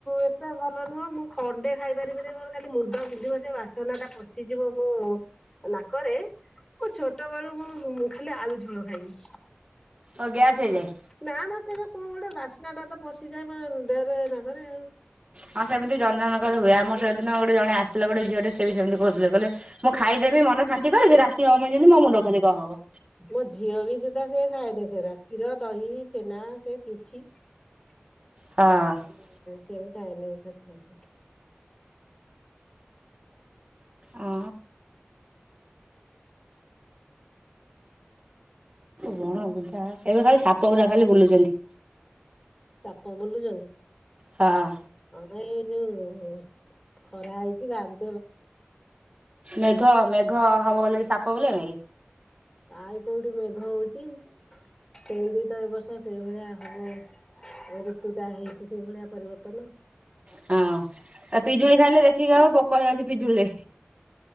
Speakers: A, on the left; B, on the right.
A: ଏତେ ଭଲ ନୁହଁ ମୁଁ ଖଣ୍ଡେ ଖାଇପାରିବିିନି ମୋର ଖାଲି ମୁଣ୍ଡ ବିନ୍ଧି ବ ଯେ ବାସନା ଟା ପଶିଯିବ ମୁଁ। ନାକରେ ମୁ ଛୋଟ ବେଳୁ ମୁଁ ଖାଲି ଆଳୁ ଝୋଳ ଖାଇବି।
B: ଓ ଗ୍ୟାସ୍ ହେଇଯାଏ।
A: ନା ନା ସେଟା କଣ ଗୋଟେ ବାସ୍ନାଟା ତ ପ ଦେହରେ ନାକରେ ଆଉ।
B: ହଁ ସେମତି ଜନକର ହଏ
A: ହୁଏ
B: ଆୋ
A: ବା
B: ସେଦିନ ଗୋଟେ ଜଣ ଆସିଥିଲା ଗୋଟେ ଝିଅ ଟେ ସେ ବି ସେମିତି କହୁଥିଲେ। କଲେ ମୁଁ ଖାଇଦେବି ମନ ଶାନ୍ତି କରେ ସେ ରାତି ହବ ମାନେ ଯେମିତି ମୁଣ୍ଡ ଖାଲି କଣ ହବ।
A: ମୋ ଝିଅ ବି ସୁଦ୍ଧା ସେ ଖାଏନି ସେରା କ୍ଷୀର ଦହି ଛେନା ସେ କିଛି। ଆ
B: ହଁ
A: ସେମିତି। ନାଇଁ ନାଇ ଖସ ଖସ।
B: ଆ ବଣ ବୁଧା ଏବେ ଖାଲି ସାପ ଗୁଡା ଖାଲି ବୁଲୁଛନ୍ତି।
A: ସାପ ବୁଲୁଛନ୍ତି
B: ହଁ
A: ହଁ ଏଇ ଯୋଉ। ହ ଖରା ହେଇଛି ବାହାର।
B: ମେଘ ମେଘ ହବ ବୋଲିକି ସାପ ବୁଲେନକି।
A: କାଇଁ କୋଉଠି ମେଘ ହଉଛି ସେଇ ଦୁଇ ଚାରି ବର୍ଷ ସେଇଭଳିଆ ହବ। ଏ ଋତୁ ଟା ହେଇଛି ସେଇ ଭଳିଆ ପରିବର୍ତ୍ତନ।
B: ହଁ ଆ ପିଜୁଳି ଖାଇଲେ ଦେଖିକି ଖାଇବ ପୋକ ହେଇଯାଉଛି ପିଜୁଳିରେ।